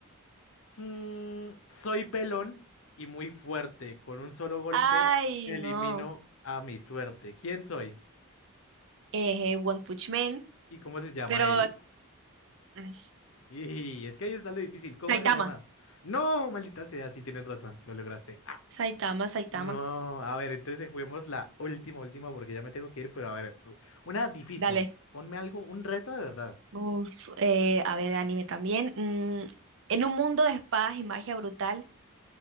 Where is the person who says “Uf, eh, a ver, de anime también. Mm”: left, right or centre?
Right